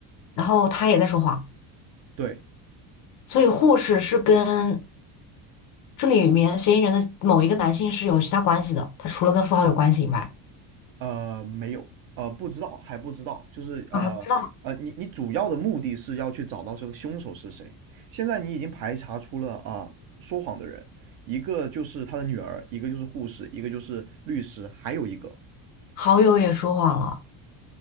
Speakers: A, on the left; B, on the right.
A: 然后他也在说谎，
B: 对，
A: 所以护士是跟这里面嫌疑人的某一个男性是有其他关系的，他除了跟富豪有关系以外，
B: 呃，没有，呃，不知道，还不知道，就是呃呃，
A: 啊，还不知道
B: 你你主要的目的是要去找到这个凶手是谁。现在你已经排查出了啊、说谎的人，一个就是他的女儿，一个就是护士，一个就是律师，还有一个
A: 好友也说谎了，